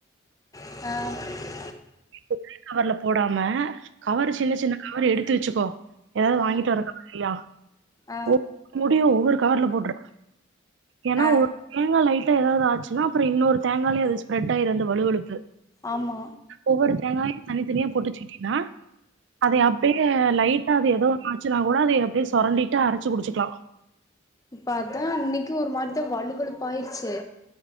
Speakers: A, on the left; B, on the right.
A: ஆ
B: ஒரே கவர்ல போடாம கவரு சின்ன சின்ன கவரு எடுத்து வச்சுக்கோ எதாவது
A: ஆ
B: வாங்கிட்டு வர்ற கவரு இல்லையா
A: ஆ
B: ஒவ்வொரு மூடியு ஒவ்வொரு கவர்ல போட்ரு ஏன்னா
A: ஆ
B: ஒரு தேங்கா லைட்டா எதாவது ஆச்சுன்னா அப்புற இன்னொரு தேங்காயிலயு அது ஸ்ப்ரெட் ஆயிரு அந்த வழுவழுப்பு
A: ஆமா
B: ஒவ்வொரு தேங்காயு தனித்தனியா போட்டு வச்சுக்கிட்டீன்னா அதய அப்டியே லைட்டா அது எதோ ஒன்னு ஆச்சு ன்னா கூட அத எப்டியோ சொரண்டிட்டு அரைச்சு குடிச்சுக்கலா
A: இப்ப அதா இன்னைக்கு ஒரு மாரிதா வழுவழுப்பு ஆயிருச்சு